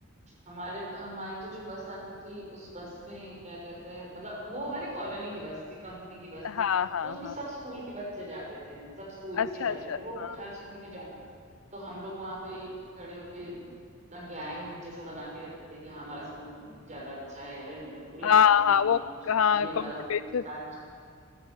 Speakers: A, on the right; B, on the left.
A: हमारे हमारी तो जो बस आती थी उस बस में क्या कहते हैं मतलब वो हमारी कॉलोनी की बस थी कंपनी की बस
B: हाँ
A: थी
B: हाँ
A: तो उसमें
B: हाँ
A: सब स्कूल के बच्चे जाते थे सब स्कूल्स
B: अच्छा
A: के जाते
B: अच्छा
A: थे वो
B: हाँ
A: हर स्कूल में जाते थे तो हम लोग वहां पे खड़े होके इतना गैंग जैसा बना के रखते थे कि हाँ हमारा स्कूल ज्यादा अच्छा है और इनका स्कूल
B: हाँ
A: अच्छा नहीं
B: हाँ वो
A: है
B: हाँ
A: और ये
B: कंपटीशन
A: वाला स्कूल के साथ